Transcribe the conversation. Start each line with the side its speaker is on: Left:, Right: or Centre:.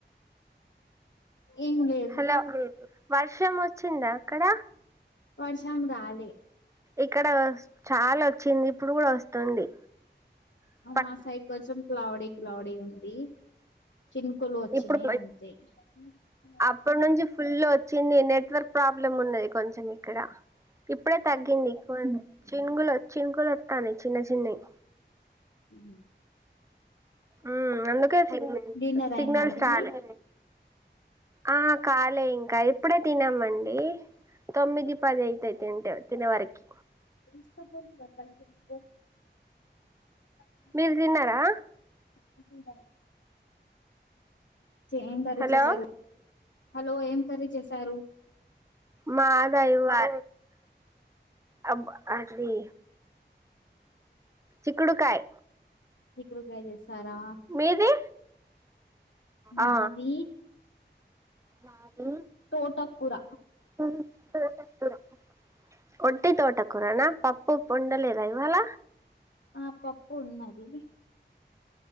Left: ఏమి లే
Right: హలో వర్షం వచ్చిందా అక్కడ
Left: వర్షం రాలే
Right: ఇక్కడ చాలా చినుకులు వస్తుంది అ
Left: మా సైడ్ కొంచెం క్లౌడీ క్లౌడీ ఉంది చినుకులు వచ్చినాయి
Right: ఇప్పుడు
Left: అంతే అ
Right: అప్పటి నుంచి ఫుల్ వచ్చింది నెట్వర్క్ ప్రాబ్లమ్ ఉన్నది కొంచం ఇక్కడ ఇప్పుడే తగ్గింది కొ చినుగులు చినుకులు వస్తాన్నాయ్ చిన్న చిన్నవి
Left: ఉమ్
Right: ఆ అందుకే సిగ్నల్
Left: డిన్నర్
Right: సిగ్నల్స్
Left: అయిందండి
Right: రాలే
Left: మరి
Right: ఆా కాలే ఇంకా ఇప్పుడే తిన్నామండి తొమ్మిది పది అయితయి తింటే తినే వరకి
Left: ఇన్స్టా <unintelligible>
Right: మీరు తిన్నారా
Left: టిఫిన్ బాలే ఏం కర్రీ
Right: హలో
Left: చేశారు హలో ఏం కర్రీ చేశారు
Right: మాదాలా అబ్బ అది చిక్కుడుకాయ
Left: చిక్కుడుకాయ చేశారా
Right: మీది
Left: మాది
Right: ఆ నాది
Left: తోటకూర
Right: ఊ <unintelligible> ఒట్టి తోటకూరనా పప్పు పొండలేద ఇవాల
Left: ఆ పప్పు ఉన్నది